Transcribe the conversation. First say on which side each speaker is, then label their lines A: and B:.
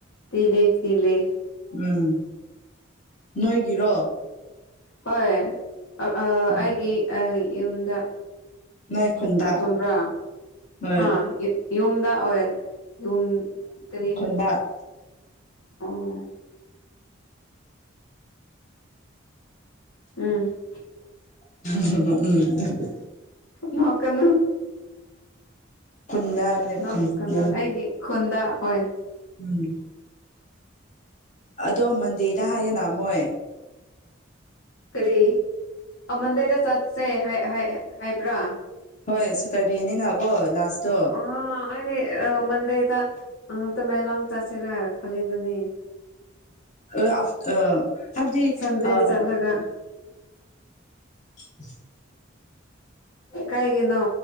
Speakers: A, on the left (about 75°); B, on the left (about 35°).
A: ꯇꯤꯂꯦꯐ ꯇꯤꯂꯦꯐ
B: ꯎꯝ ꯅꯣꯏꯒꯤꯔꯣ
A: ꯍꯣꯏ ꯑ ꯑ
B: ꯎꯝ
A: ꯑꯩꯒꯤ ꯑ ꯌꯨꯝꯗ
B: ꯅꯣꯏ ꯈꯨꯟꯗ
A: ꯑ ꯆꯨꯝꯕꯔ
B: ꯍꯣꯏ
A: ꯑ ꯌꯨ ꯌꯨꯝꯗ ꯑꯣꯏ ꯌꯨꯝ ꯀꯔꯤ
B: ꯕꯥ
A: ꯑꯣ ꯎꯝ
B: ꯎꯝ
A: ꯅꯣꯛꯀꯥꯅꯨ
B: ꯈꯨꯝꯗ ꯍꯥꯏꯕꯥꯅꯤ
A: ꯅꯣꯛꯀꯅꯨ
B: ꯈꯨꯟ ꯌꯨꯝ
A: ꯑꯩꯒꯤ ꯈꯨꯟꯗ ꯍꯣꯏ
B: ꯎꯝ ꯑꯗꯣ ꯃꯟꯗꯦꯗ ꯍꯥꯏꯌꯦꯅ ꯃꯣꯏ
A: ꯀꯔꯤ ꯑ ꯑꯃꯟꯗꯦꯗ ꯆꯠꯁꯦ ꯍꯥꯏ ꯍꯥꯏ ꯍꯥꯏꯕ꯭ꯔꯥ
B: ꯍꯣꯏ ꯁꯇꯔꯗꯦꯅꯤꯅꯀꯣ ꯂꯥꯁꯇꯣ
A: ꯑ ꯑꯩꯗꯤ ꯑ ꯃꯟꯗꯦꯗ ꯑ ꯇꯃꯦꯂꯣꯡ ꯆꯠꯁꯦꯔ ꯈꯜꯂꯤꯕꯅꯤ
B: ꯑ ꯑ ꯍꯥꯏꯕꯗꯤ
A: ꯁꯟꯗꯦ
B: ꯑ
A: ꯆꯠꯂꯒ
B: <unintelligible>
A: ꯀꯩꯒꯤꯅꯣ